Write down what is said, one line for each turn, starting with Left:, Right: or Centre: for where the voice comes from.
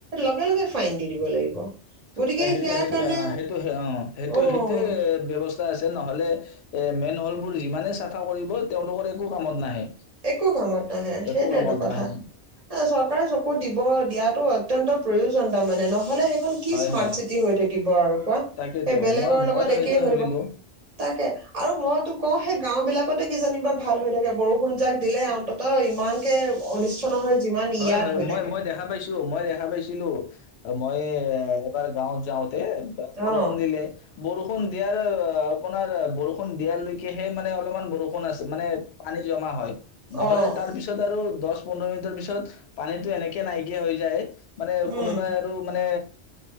Right: লগে লগে ফাইন দি দিব লাগিব গতিকে
Left: ত সেইটো
Right: ইয়াৰ
Left: সেইটো
Right: কাৰণে
Left: অ সেইটো অ সেইটো
Right: অ
Left: সেইটো ব্যয়ৱস্থা আছে তে নহ'লে এ মেইন হ'ল বোৰ ইমানে চাফা কৰিব তেওঁলোকৰ একো কামত নাহে।
Right: একো কামত নাহে
Left: একো
Right: সেইটোটো
Left: কামত
Right: কথা
Left: নাহে
Right: চব চকু দিব দিয়াটো অত্যন্ত প্ৰয়োজনতাৰ মানে নহ'লে কি
Left: হয়
Right: স্মাৰট
Left: হয়
Right: চি হৈ থাকিব আৰু কোৱা
Left: তাকেতো
Right: সেই বেলেগৰ
Left: মই ময়ো
Right: লগত একেই
Left: সেইটোৱে
Right: হৈ
Left: ভাবিলো
Right: থাক তাকে আৰু মই কওঁ সেই গাওঁ বিলাকতে কিজানিব বা ভাল হৈ থাকে বৰষু বৰষূণ যাক দিলে অন্তত ইমানকে অনিষ্ট নহয় যিমান
Left: হয়
Right: ইয়াত
Left: হয়
Right: হৈ
Left: মই
Right: থাকে।
Left: মই দেখা পাইছোঁ মই ভাবিছিলোঁ মই এ এবাৰ গাঁৱত যাওঁ তে বা বৰষুণ
Right: অ',
Left: দিলে বৰষুণ দিয়াৰ অ আপোনাৰ বৰষুণ দিয়ালৈকেহে মানে অলপমান বৰষুণ আছে মানে পানী জমা হয় নহ'লে
Right: অ',
Left: তাৰ পিছত আৰু দহ পোধৰ মিনিটৰ পিছত পানীতো এনেকে নাইকিয়া হৈ যায় মানে
Right: উম,
Left: কোনোবাই আৰু মানে